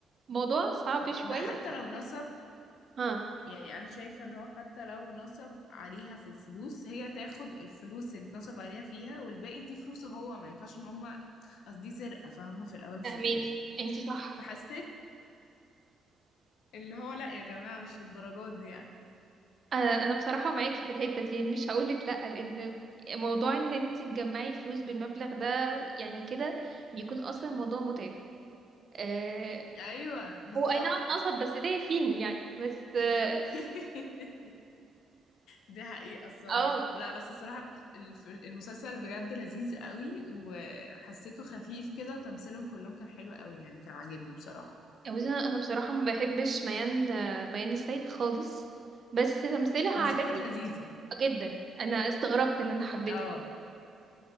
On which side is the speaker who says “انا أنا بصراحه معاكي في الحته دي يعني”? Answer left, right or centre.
Right